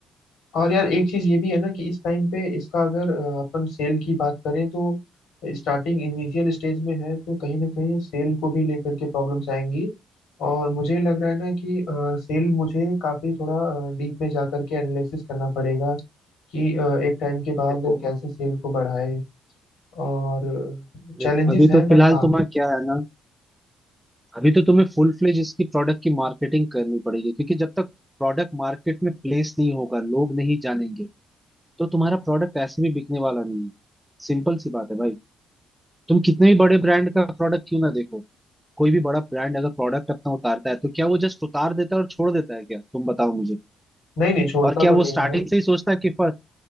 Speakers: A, on the left; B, in the centre.
A: और यार एक चीज ये भी है ना कि इस टाइम पे इसका अगर अ, अपन सेल की बात करें तो स्टार्टिंग इनिशियल स्टेज में है तो कहीं ना कहीं सेल को भी लेकर के प्रॉब्लम्स आएंगी और मुझे लग रहा है ना कि सेल मुझे काफी थोड़ा डीप में जा करके एनालिसिस करना पड़ेगा कि अ, एक टाइम के बाद
B: देखो
A: कैसे सेल को बढ़ाएं और
B: देखो
A: चैलेंजेस
B: अभी
A: हैं
B: तो
A: बट
B: फिलहाल
A: हाँ
B: तुम्हारा क्या है ना अभी तो तुम्हें फुल फ्लेज इसकी प्रोडक्ट की मार्केटिंग करनी पड़ेगी क्योंकि जब तक प्रोडक्ट मार्केट में प्लेस नहीं होगा लोग नहीं जानेंगे तो तुम्हारा प्रोडक्ट ऐसे भी बिकने वाला नहीं है सिंपल सी बात है भाई तुम कितने भी बड़े ब्रांड का प्रोडक्ट क्यों ना देखो कोई भी बड़ा ब्रांड अगर प्रोडक्ट अपना उतारता है तो क्या वो जस्ट उतार देता है और छोड़ देता है क्या तुम बताओ मुझे
A: नहीं नहीं छोड़ता
B: और क्या
A: तो
B: वो
A: नहीं
B: स्टार्टिंग
A: है
B: से ही सोचता है कि पर